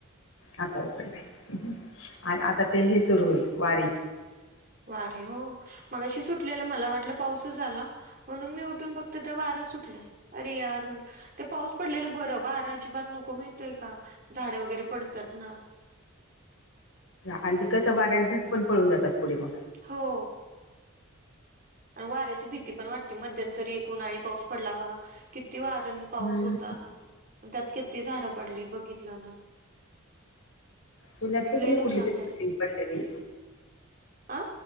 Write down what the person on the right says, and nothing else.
वारे हो मगशी सुटलेलं मला वाटलं पाऊस झाला म्हणून मी उ ढुन बघते तर वारा सुटलाय. अरे यार म्हंटलं ते पाऊस पडलेलं बरं ब अार अजिबात नको माहितय का झाड वगैरे पडतात ना.
हो. वाऱ्याची भीती पण वाटते मध्यंतरी एक उन्हाळी पाऊस पडला बघा किती वार न पाऊस
होता ना त्यात किती झाडं पडली बघितलं ना.
लय
नुकसान
झालं
आ